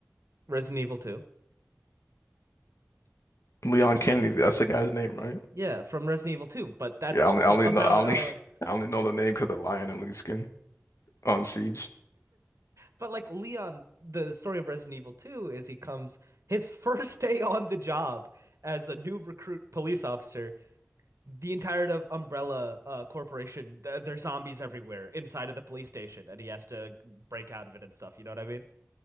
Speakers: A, on the right; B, on the left.
A: Resident Evil 2?
B: Leon Kennedy. That's the guy's name, right?
A: Yeah, from Resident Evil 2, but that's
B: Yeah,
A: also
B: I only, I only
A: about
B: know I only
A: uh
B: <laughs> I only know
A: yeah.
B: the name because the lion and Li's Skin on Siege.
A: But like Leon, the story of Resident Evil 2 is he comes his <laughs> first day on the job as a new recruit police officer. The entirety of Umbrella uh, Corporation, th there's zombies everywhere inside of the police station, and he has to break out of it and stuff. You know what I mean?